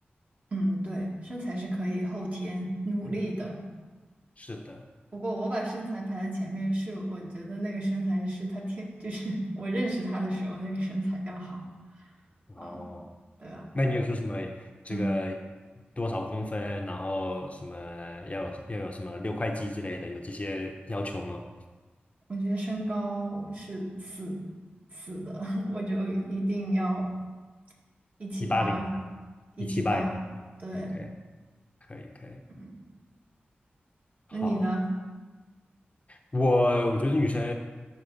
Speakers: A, on the right; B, on the left.
A: 嗯，对，身材是可以后天努力的，
B: 嗯，是的，
A: 不过我把身材排在前面，是我觉得那个身材是他天，就是我认识他的时候那个身材要好，
B: 然后。
A: 啊，对吧？
B: 那你有说什么这个
A: 嗯。
B: 多少公分，然后什么要有要有什么六块肌之类的，有这些要求吗？
A: 我觉得身高是死死的，<laughs> 我就一定要一七八，
B: 一八零以上，
A: 一七八，
B: 一七八以上
A: 对，
B: ，OK，可以可以，
A: 嗯，
B: 好，
A: 那你呢？
B: 我我觉得女生，